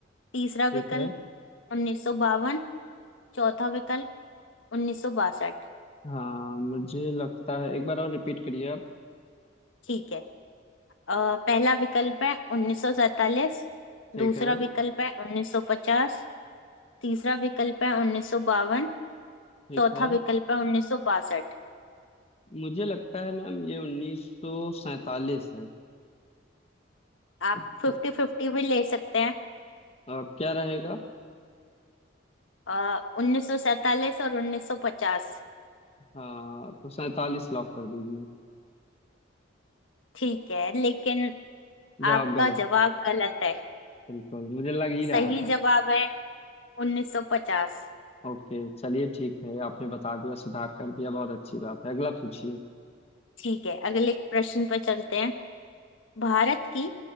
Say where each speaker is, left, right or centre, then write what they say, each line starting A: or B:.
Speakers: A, on the left; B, on the left.
A: तीसरा
B: ठीक
A: विकल्प
B: है
A: 1952 चौथा विकल्प 1962
B: हाँ मुझे लगता है एक बार और रिपीट करिए आप
A: ठीक है अ, पहला विकल्प है 1947
B: ठीक
A: दूसरा
B: है
A: विकल्प है 1950 तीसरा विकल्प है 1952
B: ठीक
A: चौथा
B: है
A: विकल्प है 1962
B: मुझे लगता है मैम ये उन्नीस सौ सैतालीस है
A: आप
B: अब
A: फिफ्टी
B: तो-
A: फिफ्टी भी ले सकते हैं
B: अब क्या रहेगा
A: आ, 1947 और 1950
B: हाँ तो सैतालीस लॉक कर दीजिए
A: ठीक है लेकिन
B: जवाब
A: आपका
B: गलत
A: जवाब गलत है
B: बिल्कुल मुझे लग ही
A: सही
B: रहा था
A: जवाब है 1950
B: ओके चलिए ठीक है आपने बता दिया सुधार कर दिया बहुत अच्छी बात है अगला पूछिए
A: ठीक है अगले प्रश्न पर चलते हैं भारत की